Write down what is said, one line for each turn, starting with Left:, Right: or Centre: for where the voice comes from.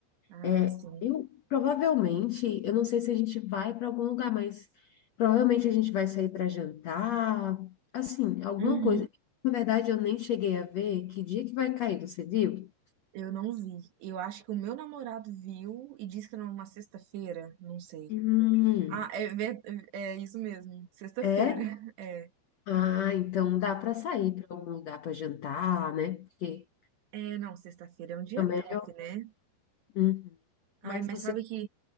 Right: Ah,
Left: É,
Right: sim.
Left: eu provavelmente, eu não sei se a gente vai para algum lugar, mas provavelmente a gente vai sair para jantar, assim, alguma
Right: Uhum.
Left: coisa. Na verdade, eu nem cheguei a ver que dia que vai cair, você viu?
Right: Eu não vi. Eu acho que o meu namorado viu e disse que era uma sexta-feira, não sei.
Left: Hum,
Right: Ah, é, ver- é isso mesmo. Sexta-feira.
Left: é?
Right: <laughs> É.
Left: Ah, então dá para
Right: Sexta.
Left: sair para algum lugar para jantar, né? Porque
Right: É, não, sexta-feira é um dia
Left: também
Right: top,
Left: é. melhor.
Right: né?
Left: Uhum. Mas
Right: Ai, mas
Left: você
Right: sabe
Left: quer
Right: que.